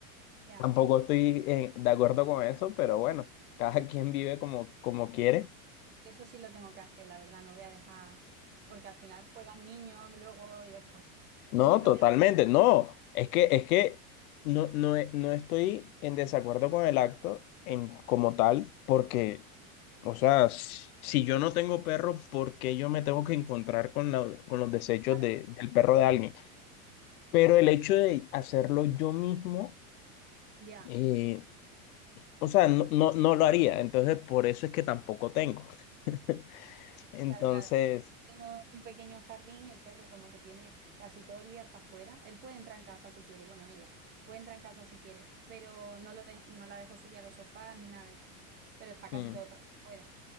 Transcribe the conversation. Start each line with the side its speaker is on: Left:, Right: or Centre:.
Right: Ya.
Left: Tampoco estoy eh, de acuerdo con eso, pero bueno, cada quien vive como, como quiere.
Right: Eso sí lo tengo que hacer, la verdad, no voy a dejar, porque al final juegan niños luego y después, <laughs>
Left: No,
Right: y yo no
Left: totalmente,
Right: voy a
Left: no. Es que, es que no, no, e- no estoy en desacuerdo con el acto en, como tal, porque, o sea, s- si yo no tengo perro, ¿por qué yo me tengo que encontrar con, la- con los desechos
Right: dejarlo.
Left: de- del perro de alguien? Pero el hecho de hacerlo yo mismo,
Right: Ya,
Left: eh,
Right: entonces,
Left: o sea, no, no, no lo haría. Entonces, por eso es que tampoco tengo. <laughs> Entonces...
Right: claro, claro. Tengo un pequeño jardín y el perro como que tiene casi todo el día hasta afuera. Él puede entrar en casa si quiere, bueno, ella puede entrar en casa si quiere, pero no, lo de- no la dejo subir a los sofás ni nada de esto, pero está casi
Left: mm,
Right: todo el rato afuera.